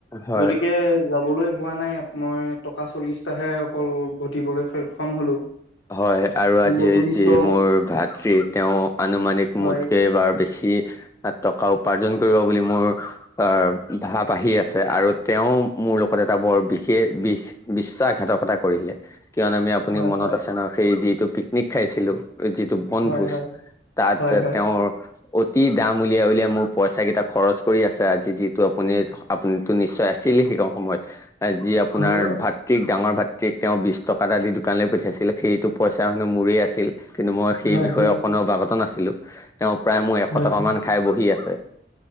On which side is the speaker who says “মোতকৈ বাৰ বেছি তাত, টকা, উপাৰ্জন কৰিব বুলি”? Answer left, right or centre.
Left